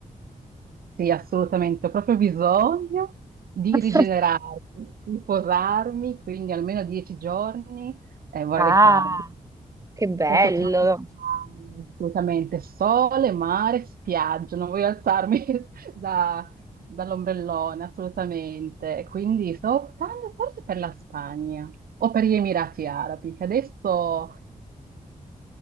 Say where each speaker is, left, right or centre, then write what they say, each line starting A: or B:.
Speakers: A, on the right (about 90°); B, on the right (about 20°).
A: Sì, assolutamente. Ho proprio bisogno di
B: <laughs>
A: rigenerarmi, di posarmi, quindi almeno dieci giorni eh, vorrei
B: Ah,
A: farli.
B: che
A: In
B: bello.
A: un posto tropicale, assolutamente. Sole, mare, spiaggia. Non voglio alzarmi <laughs> da- dall'ombrellone, assolutamente. Quindi sto optando forse per la Spagna o per gli Emirati Arabi, che adesso